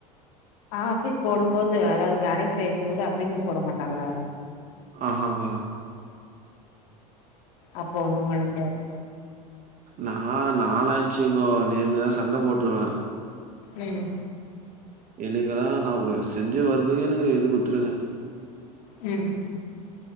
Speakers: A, on the left (about 60°); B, on the right (about 40°).
A: ஆஃபிஸ் போடும்போது அதாவது வேலைக்கு சேக்கும்போது அக்ரிமெண்ட் போட மாட்டாங்ளா
B: ஆஹாங்கா
A: அப்போ ஒண்ணு பண்ண முடியாது
B: நா நாலா வெச்சுக்கோ நேர்க்கு நேரா சண்ட போட்ருவ
A: ம்
B: எனக்கெலா நா செஞ்ச ஒர்க்குக்கு எனக்கு இது குத்துருங்க
A: ம்